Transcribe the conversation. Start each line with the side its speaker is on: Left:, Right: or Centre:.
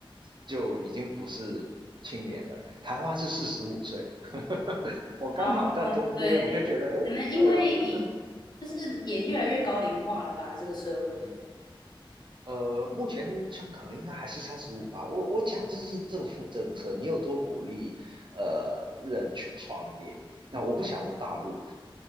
Right: 就已经不是青年了，台湾是四十五岁。我刚好在中间，
Left: 哦，对，
Right: 我就觉得，哎，
Left: 可能因为
Right: 对，我这这
Left: 就是也越来越高龄化了吧，这个社会。
Right: 呃，目前香港应该还是三十五吧。我我讲这是政府政策，你有多鼓励呃人去创业？那我不晓得大陆，